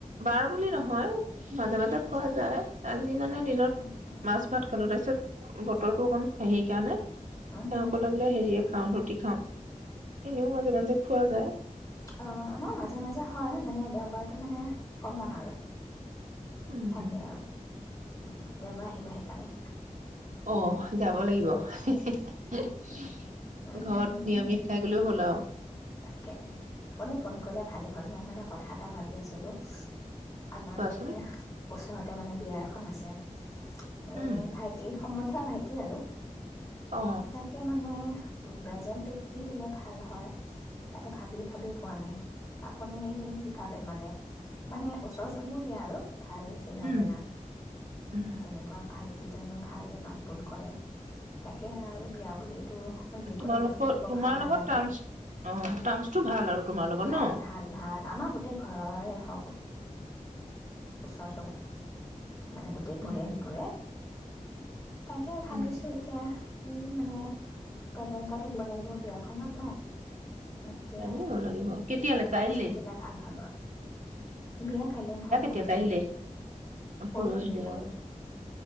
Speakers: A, on the right (about 70°); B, on the left (about 25°).
A: বাৰ বুলি নহয় মাজে মাজে
B: আচ্ছা
A: খোৱা যায় আজি মানে
B: উম
A: দিনত
B: উম উম
A: মাছ ভাত খালো তাৰপিছত, বতৰটো অকণ সেই কাৰণে,
B: উম
A: অকলে বোলে হেৰিয়, খাওঁ ৰুটি খাওঁ এনেও মাজে মাজে ব পোৱা যায়
B: অ আমাৰ মাজে মাজে হয় মানে দেওবাৰতটো মানে কমন আৰু
A: উম
B: থাকে
A: উম
B: আৰু। অহ, দেওবাৰে আহিব সেইকাৰণে।
A: অহ, যাব লাগিব। ঘৰত
B: উম
A: নিৰামিষ খাই গলেও হ'ল। হেল্ল'।
B: তাকে আপুনি ফোন কৰিলে ভালে হ'ল মই মানে কথা এটা ভাবি আছিলোঁ আমাৰ
A: কোৱাচোন
B: মানে ওচৰতে মানে বিয়া এখন আছে এ
A: উম
B: ভাইটি সম্বন্ধীয় ভাইটি আৰু
A: অ
B: তাকে মানে উম প্ৰেজেন্ট টো কি দিলে ভাল হয়! তাকে ভাবি ভাবি পোৱা নাই আপুনি কি ভাবে মানে মানে ওচৰ চুবুৰীয়া আৰু ভাল চিনা
A: উম
B: জানা
A: উম,
B: তেনেকুৱা ভাই। প্ৰতি জনো ভাল মাত বোল কৰে তাকে আৰু বিয়া বুলি টো যিকোনো
A: তোমালোকৰ
B: বস্তু দিব
A: তোমাৰ
B: ভাল
A: লগত
B: নালাগে।
A: টাৰ্মচ অ' টাৰমছটো ভাল আৰু তোমাৰ লগত
B: ভাল
A: ন অ
B: ভাল ভাল আমাৰ গোটেই ঘৰৰে হওক ওচৰ চুবু, মানে গোটেই পৰিয়ালটোৰে।
A: উম উম,
B: তাকে ভাবিছো
A: উম,
B: এতিয়া ই মানে প্ৰেজেণ্ট এটাটো দিব লাগিব, বিয়াখনত এতিয়া
A: লাগিব লাগিব কেতিয়ালে
B: কেনেকুৱা
A: কাইলৈ
B: বস্তু দিলে ভাল হয় বাৰু? বিয়া কাইলৈ নহয় পৰহিলে
A: এতিয়া কাইলে,
B: পৰহিলে
A: পৰহিলৈ
B: পৰহিলে
A: অ।